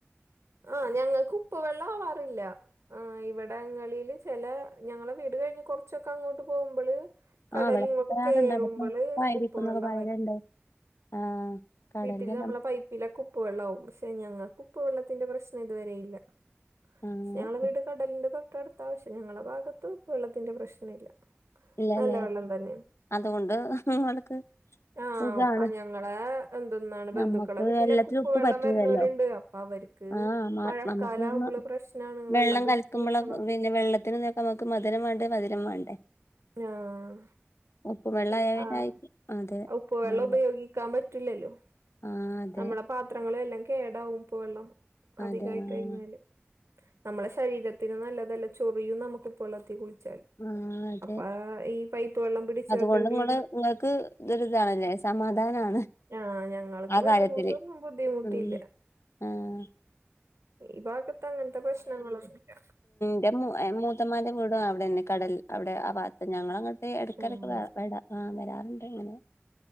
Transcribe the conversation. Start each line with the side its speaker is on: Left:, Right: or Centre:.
Right: ആഹ് ഞങ്ങൾക്ക് ഉപ്പ് വെള്ളം ആവാറില്ല. ആഹ് ഇവിടങ്ങളില് ചെല ഞങ്ങളെ വീട് കഴിഞ്ഞ് കൊറച്ചൊക്കെ അങ്ങോട്ട് പോകുമ്പള് കടലിങ്ങട്ട്
Left: ആഹ് ഇവിടെ പറയാറുണ്ട്
Right: കേറുമ്പള്
Left: അതൊക്കെ ഉപ്പായിരിക്കും
Right: ഉപ്പ്
Left: എന്നൊക്കെ
Right: വെള്ളം
Left: പറയലുണ്ട്.
Right: വരും.
Left: ആഹ് കടലിന്ന്
Right: വീട്ടില് നമ്മളെ പൈപ്പിലൊക്കെ ഉപ്പുവെള്ളാവും പക്ഷെ ഞങ്ങക്കുപ്പു വെള്ളത്തിന്റെ പ്രശ്നം ഇതുവരെ ഇല്ല.
Left: ആഹ്
Right: ക്ഷേ ഞങ്ങളുടെ വീട് കടലിന്റെ തൊട്ടടുത്താ പക്ഷെ ഞങ്ങളുടെ ഭാഗത്തു ഉപ്പുവെള്ളത്തിന്റെ പ്രശ്നല്ല.
Left: ഇല്ലാല്ലേ
Right: നല്ല വെള്ളം തന്നെ
Left: അതുകൊണ്ട് നിങ്ങൾക്ക്
Right: ആഹ്
Left: സുഖാണ്
Right: ആഹ് ഞങ്ങളെ എന്തെന്നാണ് ബന്ധുക്കളെ
Left: നമ്മക്ക്
Right: വീട്ടിലൊക്കെ
Left: വെള്ളത്തിലുപ്പ്
Right: ഉപ്പുവെള്ളം
Left: പറ്റൂല്ലല്ലോ.
Right: വരുന്നോരുണ്ട് അപ്പൊ അവർക്ക്
Left: ആഹ്
Right: മഴക്കാലം
Left: നമുക്ക്
Right: ആവുമ്പള്
Left: ഒന്ന്
Right: പ്രശ്നാണ്
Left: വെള്ളം
Right: പിടിച്ച്
Left: കലക്കുമ്പളൊക്കെ
Right: വെക്കണം
Left: വെ പിന്നെ വെള്ളത്തിന് ഇതൊക്കെ നോക്ക് നമുക്ക് മധുരം വേണ്ടേ മധുരം വേണ്ടേ?
Right: ആഹ്
Left: ഉപ്പ് വെള്ളായ
Right: പക്ഷ
Left: പിന്നെ
Right: ആഹ്
Left: അയിക്ക് അതെ
Right: ഉപ്പ് വെള്ളം
Left: ആഹ്
Right: ഉപയോഗി ക്കാൻ പറ്റൂല്ലല്ലോ
Left: ആഹ് അതെ
Right: നമ്മടെ പാത്രങ്ങളും എല്ലാം കേടാവും ഉപ്പ് വെള്ളം
Left: അതെ
Right: അധികായി
Left: ആഹ്
Right: കഴിഞ്ഞാല്. നമ്മളെ ശരീരത്തിനും നല്ലതല്ല ചൊറിയും നമുക്ക് ഉപ്പുവെള്ളത്തി കുളിച്ചാൽ
Left: ആഹ് അതെ
Right: അപ്പാ ഈ പൈപ്പ് വെള്ളം പിടിച്ചു
Left: അതുകൊണ്ട്
Right: വെക്കേണ്ടി
Left: ഇങ്ങള്
Right: വരും
Left: ഇങ്ങക്ക് ദ് ഒര്താണ്ലെ സമാധാനാണ്
Right: ആഹ് ഞങ്ങൾക്ക്
Left: ആ
Right: വെള്ളം
Left: കാര്യത്തില്.
Right: കൊണ്ടൊന്നും ബുദ്ധിമുട്ടില്ല
Left: ഉം ആഹ്
Right: ഈ ഭാഗത്ത് അങ്ങൻത്തെ പ്രശ്നങ്ങളൊന്നുല്ല.
Left: ന്റെ മൂ എഹ് മൂത്തമാന്റെ വീടും അവിടെന്നെ കടൽ അവിടെ ആ ഭാഗത്ത് ഞങ്ങളങ്ങ ട്ട് എടക്കെടക്ക്
Right: ഉം
Left: വ വടാ ആഹ് വരാറ്ണ്ട് അങ്ങനെ